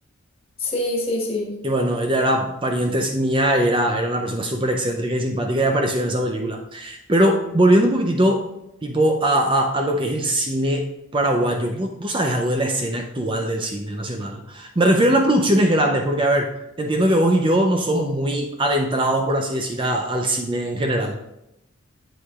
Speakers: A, on the left; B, on the right.
A: Sí, sí, sí.
B: Y bueno, ella era pariente mía, y era, era una persona súper excéntrica y simpática y apareció en esa película. Pero volviendo un poquitito, tipo, a, a, a lo que es el cine paraguayo, ¿vos, vos sabés algo de la escena actual del cine nacional? Me refiero a las producciones grandes, porque, a ver, entiendo que vos y yo no somos muy adentrados, por así decir, a- al cine en general.